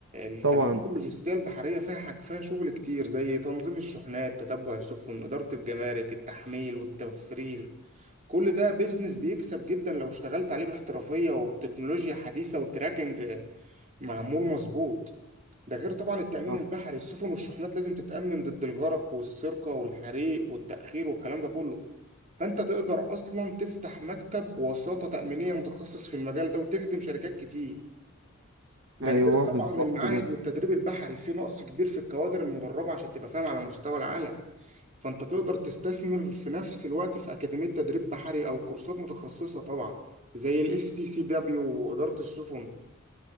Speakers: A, on the right; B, on the right.
A: الخدمات
B: طبعا
A: اللوجستية البحرية فيها حاج فيها شغل كتير زي تنظيم الشحنات تتبع السفن إدارة الجمارك التحميل والتفريغ كل ده بيزنس بيكسب جدا لو اشتغلت عليه باحترافية وبتكنولوجيا حديثة وتراكنج معمول مظبوط ده غير طبعا التأمين
B: آه،
A: البحري السفن والشحنات لازم تتأمن ضد الغرق والسرقة والحريق والتأخير والكلام ده كله فأنت تقدر أصلا تفتح مكتب وساطة تأمينية متخصص في المجال ده وتخدم شركات كتير ده
B: ايوه
A: غير طبعا
B: بالظبط
A: المعاهد
B: كده
A: والتدريب البحري في نقص كبير في الكوادر المدربة عشان تبقى فاهم على مستوى العالم فأنت تقدر تستثمر في نفس الوقت في أكاديمية تدريب بحري أو كورسات متخصصة طبعا زي الاس تي سي دبليو وإدارة السفن